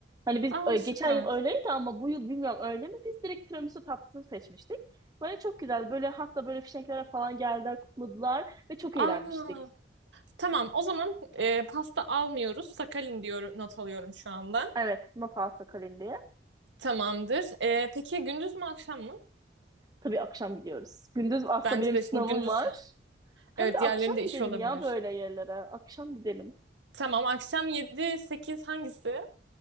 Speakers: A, on the right; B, on the right.
A: Hani biz
B: Aa
A: e,
B: süper.
A: geçen yıl öyleydi ama bu yıl bilmiyorum öyle mi? Biz direkt tiramisu tatlısını seçmiştik. Böyle çok güzel. Böyle hatta böyle fişeklere falan geldiler, kutladılar ve çok
B: Aa
A: eğlenmiştik.
B: tamam o zaman e, pasta almıyoruz. Sakalin diyor not alıyorum şu anda.
A: Evet, not alsa kalın diye.
B: Tamamdır. E, peki gündüz mü akşam mı?
A: Tabii akşam gidiyoruz. Gündüz aslında
B: Bence
A: benim
B: de
A: sınavım
B: şimdi gündüz
A: var. Hem
B: evet
A: de
B: diğerlerinde
A: akşam
B: işi
A: gidelim
B: olabilir.
A: ya böyle yerlere. Akşam gidelim.
B: Tamam akşam yedi sekiz hangisi?